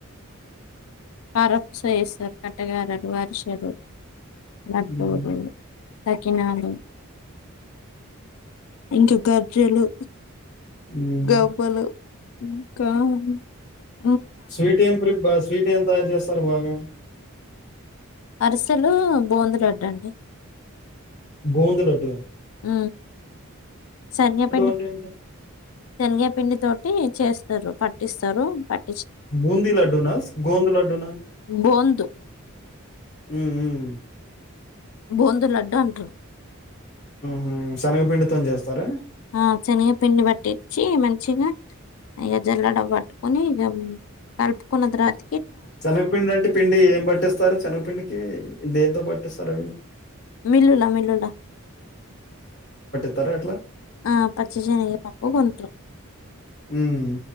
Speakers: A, on the left; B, on the left.
A: <unintelligible> లడ్డుదో
B: హ్మ్.
A: తకినాలు ఇంకా గజ్జలు
B: హ్మ్.
A: గవ్వలు ఇంకా ఉన్
B: స్వీట్ ఏం ప్రిప్ బా స్వీట్ ఏం తయార్ చేస్తారు బాగా
A: అరిసెలూ, బూంది, లడ్డు అండి
B: గోవింద లడ్డు ఆ
A: ఆ సనియపిండి
B: అంటే ఏంటి?
A: శనిగపిండి తో టీ చేస్తరు పట్టిస్తారు బట్
B: బూంది లడ్డునాస్ గోవింద లడ్డు నా?
A: బూందు
B: హుం. హుమ్
A: బొందు లడ్డు అంటరు.
B: హుహు. శనగపిండితోని చేస్తారా?
A: అ శనగ పిండి పట్టించి మంచిగా ఇక జల్లడ పట్టుకుని, ఇక కలుపుకున్న తరువాతె,
B: శనగపిండి అంటె పిండి యేం పట్టిస్తారు శనగపిండికి యిదే ద్. బట్టిస్తారు
A: మిల్లుల మిల్లుల
B: ధర యెట్ల
A: ఆ పచ్చి శనగ పప్పు కొంట్రు,
B: హ్మ్.